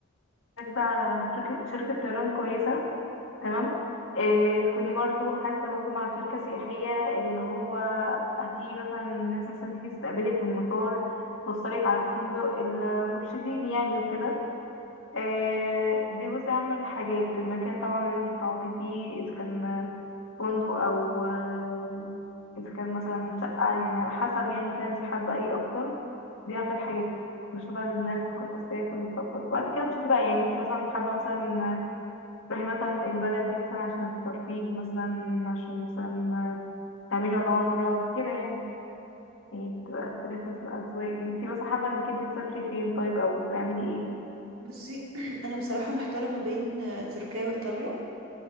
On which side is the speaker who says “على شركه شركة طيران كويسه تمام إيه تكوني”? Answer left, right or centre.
Left